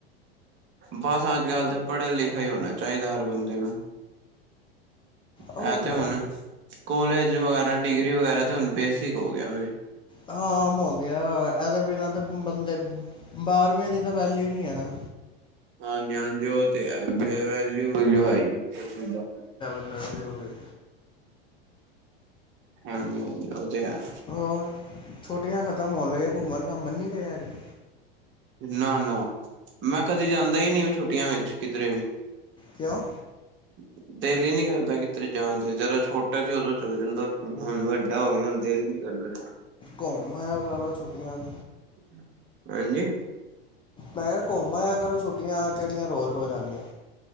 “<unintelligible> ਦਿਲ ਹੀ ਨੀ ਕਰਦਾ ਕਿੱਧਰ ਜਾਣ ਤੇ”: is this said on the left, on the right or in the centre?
Right